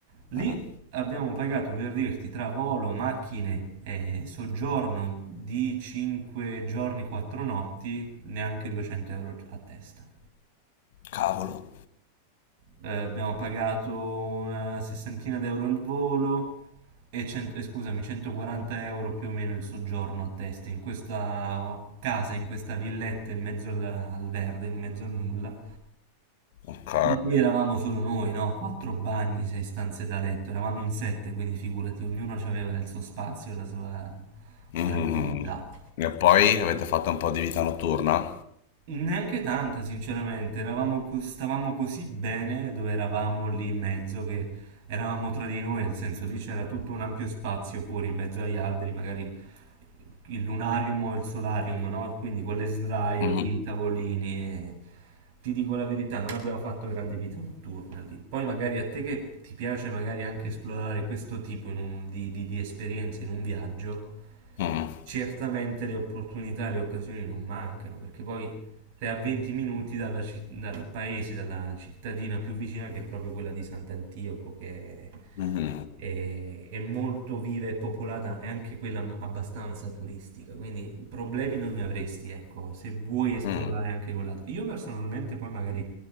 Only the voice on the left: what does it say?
Mhm.
Cavolo.
Ok.
Mhm.
E poi avete fatto un po' di vita notturna?
Mhm.
Mhm.
Mhm.
Mhm.